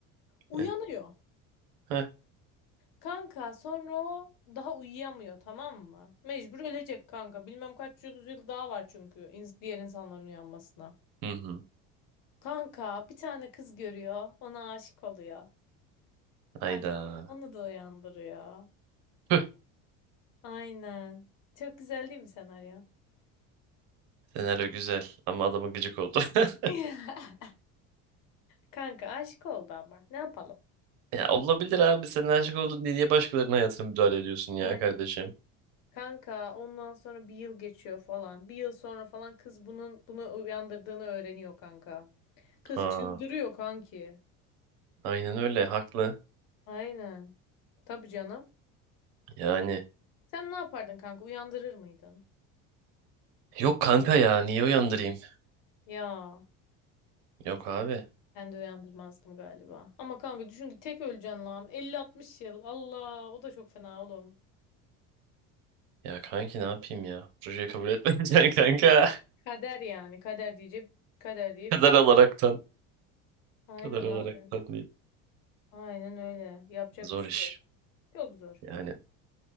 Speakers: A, on the left; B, on the right.
A: Uyanıyor.
B: Eh, heh,
A: Kanka sonra o daha uyuyamıyor tamam mı? Mecbur ölecek kanka. Bilmem kaç yüz yıl daha var çünkü ins- diğer insanların uyanmasına.
B: Hı hı.
A: Kanka bir tane kız görüyor. Ona aşık oluyor. Kanka
B: Hayda.
A: onu da uyandırıyor.
B: Püh,
A: Aynen. Çok güzel değil mi senaryo?
B: Senaryo güzel ama adamı gıcık oldu. <laughs>
A: <laughs> Kanka aşık oldu ama. Ne yapalım?
B: Ya olabilir abi sen aşık oldun diye niye başkalarının hayatına müdahale ediyorsun ya
A: Ay,
B: kardeşim?
A: Kanka ondan sonra bir yıl geçiyor falan. Bir yıl sonra falan kız bunun bunu uyandırdığını öğreniyor kanka. Kız
B: Ha,
A: çıldırıyor kanki.
B: aynen öyle haklı.
A: Aynen. Tabii canım.
B: Yani
A: Sen ne yapardın kanka? Uyandırır mıydın?
B: yok kanka ya niye uyandırayım?
A: Ya
B: Yok abi.
A: ben de uyandırmazdım galiba. Ama kanka düşün ki tek öleceksin lan. elli altmış yıl. Allah o da çok fena oğlum.
B: Ya kanki ne yapayım ya? Projeyi kabul etmeyeceksin <laughs> kanka.
A: Kader yani. Kader diyecek. Kader diye
B: Kadar
A: bir şey
B: olaraktan.
A: yok. Aynen
B: Kadar olaraktan
A: abi.
B: diyeyim.
A: Aynen öyle. Yapacak
B: Zor
A: bir şey
B: iş.
A: yok. Çok zor.
B: Yani